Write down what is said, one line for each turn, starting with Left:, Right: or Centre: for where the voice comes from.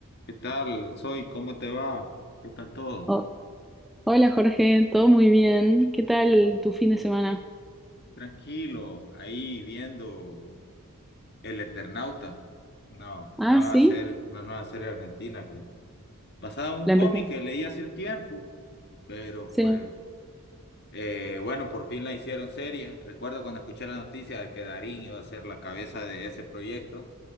Left: ¿Qué tal? Soy, ¿cómo te va? ¿Qué tal todo?
Centre: Oh, hola Jorge, todo muy bien. ¿Qué tal tu fin de semana?
Left: Tranquilo, ahí viendo El Eternauta. No,
Centre: Ah,
Left: nueva
Centre: sí,
Left: serie, una nueva serie argentina que basada en un
Centre: la
Left: cómic
Centre: empecé.
Left: que leí hace un tiempo, pero
Centre: Sí,
Left: pues eh, bueno, por fin la hicieron serie. Recuerdo cuando escuché la noticia de que Darín iba a ser la cabeza de ese proyecto.